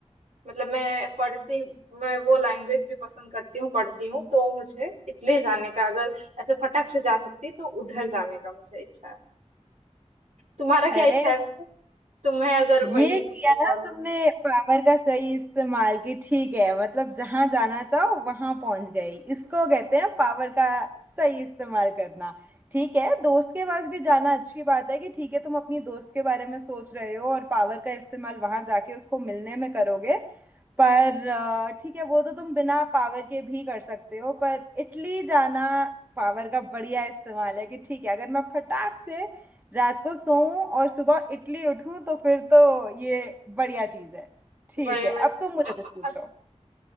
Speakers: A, on the right (about 80°); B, on the right (about 15°).
A: मतलब मैं पढ़ती हूँ, मैं वो लैंग्वेज भी पसंद करती हूँ पढ़ती हूँ तो मुझे इटली जाने का अगर ऐसे फटक से जा सकती तो उधर जाने का मुझे इच्छा है तुम्हारा क्या
B: अरे
A: इच्छा है वैसे तुम्हें अगर
B: ये
A: वही सुपर
B: किया
A: पावर
B: ना तुमने पावर का सही इस्तेमाल की ठीक है मतलब जहां जाना चाहो वहां पहुंच गई इसको कहते हैं पावर का सही इस्तेमाल करना ठीक है दोस्त के पास भी जाना अच्छी बात है कि ठीक है तुम अपनी दोस्त के बारे में सोच रहे हो और पावर का इस्तेमाल वहां जाके उसको मिलने में करोगे पर अ, ठीक है वो तो तुम बिना पावर के भी कर सकते हो पर इटली जाना पावर का बढ़िया इस्तेमाल है कि ठीक है अगर मैं फटाक से रात को सोऊं और सुबह इडली उठूं तो फिर तो ये बढ़िया चीज है ठीक
A: वही
B: है
A: वही
B: अब तुम मुझे
A: अ-
B: कुछ
A: अ-
B: पूछो
A: अ-